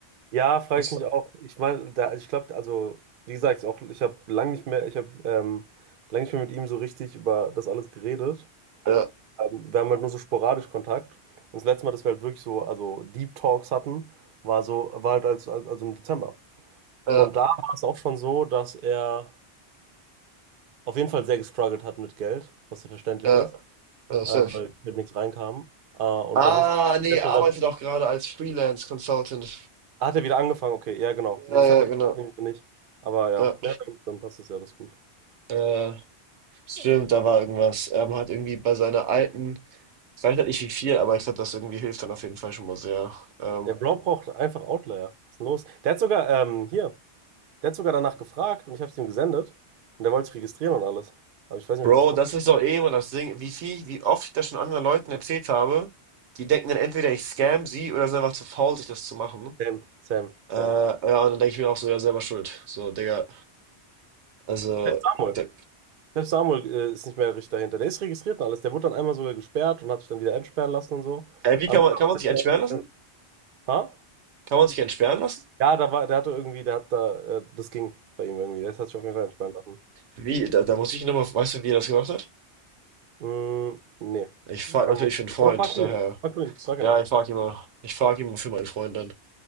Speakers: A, on the right; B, on the right.
A: ja frage
B: Das,
A: ich mich auch. Ich meine, da, ich glaube, also, wie gesagt, auch, ich habe lange nicht mehr, ich habe ähm, lange nicht mehr mit ihm so richtig über das alles geredet.
B: ja,
A: Ähm, wir haben halt nur so sporadisch Kontakt. Und das letzte Mal, dass wir halt wirklich so, also Deep Talks hatten, war so, war halt als, als, also im Dezember.
B: ja,
A: Und da war es auch schon so, dass er auf jeden Fall sehr gestruggelt hat mit Geld, was ja verständlich
B: ja,
A: ist,
B: ja,
A: ähm,
B: safe.
A: weil mit nichts reinkam. Äh, und
B: Ah,
A: da muss, jetzt
B: nee, arbeite
A: hat er-
B: doch gerade als Freelance Consultant.
A: hat er wieder angefangen, okay, ja, genau. Nee,
B: Ja,
A: das
B: ja,
A: hat er
B: genau.
A: <laughs> nämlich noch nicht. Aber ja,
B: Ja.
A: ja, dann passt es ja, das ist gut.
B: Äh, stimmt, da war irgendwas. Er hat irgendwie bei seiner alten, ich weiß halt nicht wie viel, aber ich glaube, das irgendwie hilft dann auf jeden Fall schon mal sehr. Ähm,
A: Der Bro braucht einfach Outlier. Was ist denn los? Der hat sogar, ähm, hier, der hat sogar danach gefragt und ich habe es ihm gesendet und der wollte sich registrieren und alles. Aber ich weiß nicht,
B: Bro,
A: ob das
B: das ist doch eh immer das Ding, wie viel, wie oft ich das schon anderen Leuten erzählt habe, die denken dann entweder ich scam sie oder sind einfach zu faul, sich das zu machen.
A: Sam, Sam, Sam.
B: Äh, ja, und dann denke ich mir auch so, ja, selber schuld. So, Digga, also,
A: Selbst Samuel.
B: da,
A: Selbst Samuel äh, ist nicht mehr richtig dahinter. Der ist registriert und alles. Der wurde dann einmal sogar gesperrt und hat sich dann wieder entsperren lassen und so.
B: äh, wie
A: Aber
B: kann
A: mittlerweile
B: man, kann man
A: ist
B: sich entsperren lassen?
A: der auch. Ha?
B: Kann man sich entsperren lassen?
A: Ja, da war, der hatte irgendwie, der hat da, äh, das ging bei ihm irgendwie. Der hat sich auf jeden Fall entsperren lassen.
B: Wie, da, da muss ich ihn nochmal, weißt du, wie er das gemacht hat?
A: Mm, nee.
B: Ich frage
A: Ich kann,
B: natürlich für einen Freund,
A: oder frag du
B: daher.
A: ihn. Frag du ihn. Frag ihn
B: Ja,
A: einfach.
B: ich frage immer, ich frage immer für meinen Freund dann,